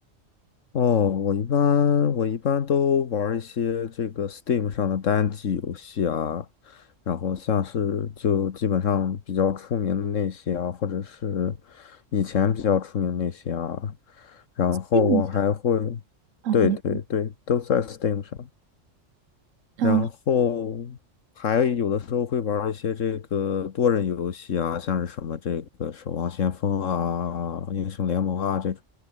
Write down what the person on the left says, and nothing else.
哦，我一般我一般都玩儿一些这个 Steam 上的单机游戏啊，然后像是就基本上比较出名的那些啊，或者是以前比较出名的那些啊，然后我还会，
对对对，
都在 Steam 上，
然后还有的时候会玩儿一些这个多人游戏啊，像是什么这个《守望先锋》啊、《英雄联盟》啊这种。